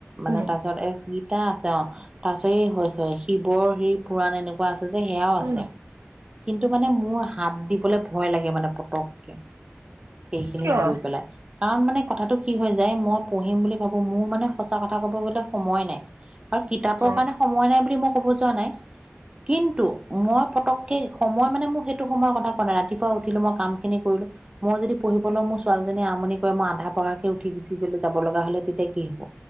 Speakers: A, on the right; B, on the right.
A: মানে
B: উম
A: তাৰ পিছত এ তা আছে অ তাৰ পিছত হয় হয় শিৱৰ হেৰি পুৰাণ এনেকুৱা আছে যে সেয়াও আছে
B: উম
A: কিন্তু মানে মোৰ হাত দিবলে ভয় লাগে মানে পতককে সেইখিনিত
B: কিয়
A: গৈ পেলাই কাৰণ মানে কথাটো কি হৈ যায় মই পঢ়িম বুলি ভাবো মোৰ মানে সঁচা কথা ক'ব বলে সময় নাই আৰু কিতাপৰ
B: অ
A: কাৰণে সময় নাই বুলি মোক ব য নাই কিন্তু মই েই সময় মানে মোৰ সেইটো সময়ৰ কথা কোৱা নাই ৰাতিপুৱা উঠিলো মই কাম খিনি কৰিলো মই যদি পঢ়িবলৈও মোৰ ছোৱালীজনী আমনি কৰে মই আধা পহাকে উঠি গুচি গলে যাব লগা হলে তেতিয়া তেয়া কি হব